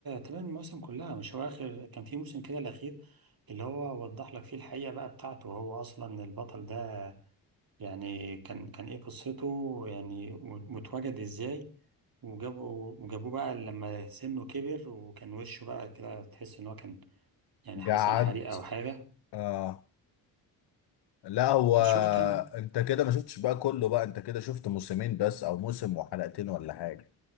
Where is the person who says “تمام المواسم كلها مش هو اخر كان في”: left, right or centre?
Right